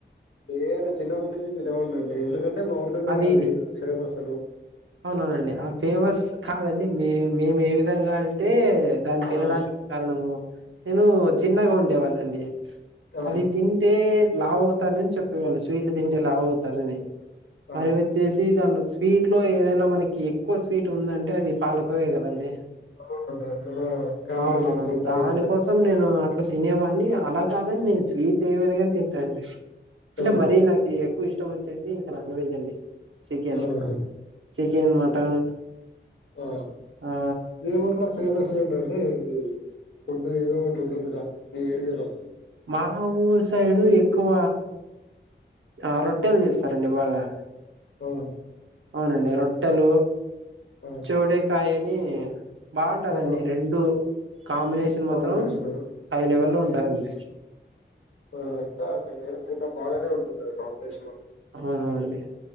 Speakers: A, on the left (about 80°); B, on the right (about 85°).
A: ేడి చిన్నప్పుడు నుంచి త తెినవాడిండి ఏందుడి అంట మోర్ దగ
B: అది
A: రా అదు దక్షస
B: అవునవునండి అ ఫేమస్ కాదండి మే మేము ఏ విధంగా టె దాని తినడానికి
A: ఆ
B: కారణము నేను చిన్నగా ఉండేవాన్ని అండి
A: ఆ
B: అది తింటే లావు అవుతానని చెప్పేవాళ్ళు స్వీట్లు తింటే లావు అవుతారని
A: ఆ
B: మరి వచ్చేసి దాంట్లో స్వీట్ స్వీట్ లో ఏదైనా మనకి ఎక్కువ స్వీట్ ఉందంటే అది పానకమే కదండి
A: అవున అందులో క్యాలరీస్
B: అవునవునండి
A: ఎక్ల్ట్యింటాయి
B: దానికోసం నేను అట్లా తినేవాడిని అలా కాదండి నేను స్వీట్ ఏమనగాని తింటాను ఇంట
A: ఆ
B: మరీ నాక ఎక్కువ ఇష్టం వచ్చేసి ఇంకా నాన్ వెెజ్ అండి చికెన్
A: ఓహ
B: చికెన్ మటన్
A: ఆ
B: ఆ
A: మీ ఊర్లా ఫేమస్ ఏంటండి అంటే ఇది ఫుడ్ ఏదో ఒకటి ఉంటుందిగా మీ ఏరియాలో
B: మా ఊరు సైడు ఎక్కువ ఆ రొట్టెలు చేస్తారండి బాగా
A: పోవు
B: అవునండి రొట్టెలు
A: ఆ
B: చెవడే కాయ మ్మ్ బాగుంటాదండి
A: ఆ
B: రెండు కాంబినేషన్ మాత్రం
A: కాంబినేషన్ ఆ
B: హై లెవెల్ లో ఉంటదండి
A: ఆ ఎడి నేను చిన్న బాగానే ఉంటది కాంగ్రేస్ లో
B: అవుననండి